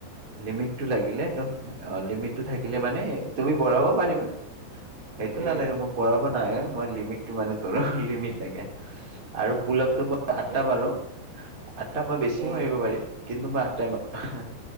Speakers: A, on the right (about 20°); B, on the right (about 70°).
A: লিমিটটো লাগিলে অ' লিমিটটো থাকিলে
B: উম
A: মানে তুমি বঢ়াব পাৰিবা। সেইটো
B: উম
A: নালাগে মোক বৰ মই লিমিটটো মানি চলোঁ লিমিট লাগে আৰু পুলাপটো আঠটা
B: উম
A: মাৰো আঠটা মই বেছি
B: উম
A: মাৰিব পাৰিম, কিন্তু মই আঠটাই মাৰো।